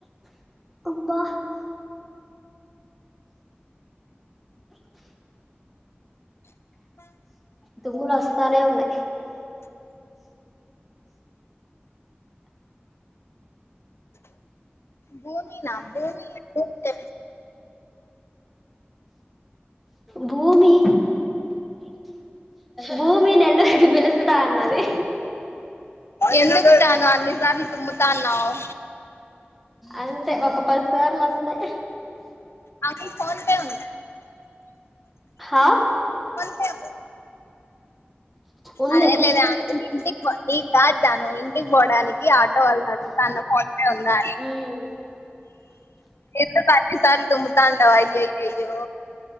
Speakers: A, in the centre; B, on the left.
A: అబ్బా తుమ్ములు వస్తానే ఉన్నాయి
B: భూమి నా భూమి భూమి
A: భూమి భూమి నెల్లూరికి పిలుస్తా అన్నది
B: ఎందుకు జాను అన్నిసార్లు తుమ్ముతాన్నావ్
A: అంతె ఒక పదిసార్లు వస్తాయి
B: అంకుల్ ఫోన్ పే ఉందా
A: హా
B: కొంచసదు
A: ఉంది
B: అదేంలేదే ఆనుండి ఇంటికి పోను కాద్ జాను ఇంటికి పోవడానికి ఆటో వాల్నాడుగుతున్న ఫోన్ ఫోన్ పే ఉంద అని
A: ఉమ్
B: ఎందుకు అన్ని సార్లు తుమ్ముతాండావ్ అయ్య య యో